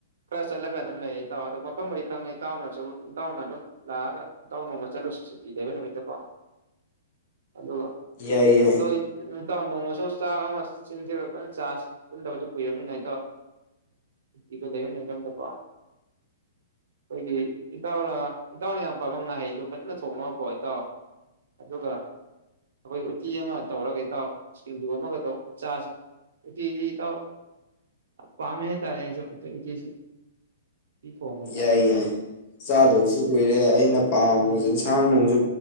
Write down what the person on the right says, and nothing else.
ꯈꯔ ꯆꯠꯂꯒ ꯑꯗꯨꯝ ꯂꯩꯔꯦ ꯏꯇꯥꯎ ꯑꯗꯣ ꯃꯐꯝ ꯃꯔꯤ ꯈꯪꯉꯦ ꯏꯇꯥꯎꯅꯁꯨ ꯏꯇꯥꯎꯅ ꯑꯗꯨꯝ ꯂꯥꯛꯑꯒ ꯏꯇꯥꯎ ꯅꯣꯡꯃ ꯆꯠꯂꯨꯁꯤ ꯁꯨꯇꯤ ꯂꯩꯕ ꯅꯨꯃꯤꯠꯇ ꯀꯣ ꯑꯗꯨꯒ
ꯑꯗꯣ ꯅꯣꯡꯃꯁꯣ ꯆꯥꯛ ꯑꯃ ꯆꯤꯡꯁꯤꯔꯒ ꯐꯖꯅ ꯆꯥꯁꯤ ꯄꯨꯟꯗꯕꯁꯨ ꯀꯨꯏꯔꯕꯅꯤꯅ ꯏꯇꯥꯎ ꯎꯇꯤꯗ ꯂꯩꯍ ꯂꯩꯗꯗꯀꯣ ꯑꯩꯈꯣꯏꯒꯤ ꯏꯇꯥꯎꯅ ꯏꯇꯥꯎꯅ ꯌꯥꯝ ꯄꯥꯕ ꯉꯥꯍꯩꯗꯣ ꯐꯖꯅ ꯊꯣꯡꯉꯕꯀꯣ ꯏꯇꯥꯎ ꯑꯗꯨꯒ ꯑꯩꯈꯣꯏ ꯎꯇꯤ ꯑꯃ ꯇꯧꯔꯒ ꯏꯇꯥꯎ ꯑꯗꯨ ꯑꯃꯒ ꯇꯧ ꯆꯥꯁꯦ ꯎꯇꯤꯁꯤ ꯏꯇꯥꯎ ꯄꯥꯝꯃꯦ ꯍꯥꯏꯇꯥꯔꯦ ꯑꯩꯁꯨ ꯎꯇꯤꯁꯤ ꯎꯇꯤ ꯊꯣꯡꯕꯁꯦ
ꯎꯝ